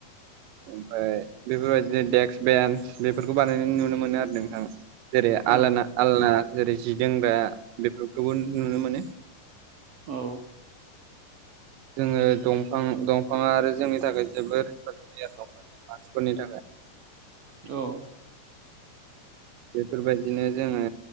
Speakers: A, on the right; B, on the right.
A: ओमफाय बेफोरबायदिनो देक्स बेन्स बेफोरखौ बानायनाय नुनो मोनो आरो नोंथां। जेरै
B: औ
A: आलाना आलना जेरै जि दोनग्रा बेफोरखौबो नुनो मोनो।
B: औ
A: जोङो दंफां दंफाङा आरो जोंनि थाखाय जोबोद हेफाजाब <unintelligible> जों मानसिफोरनि थाखाय।
B: औ
A: बेफोरबायदिनो जोङो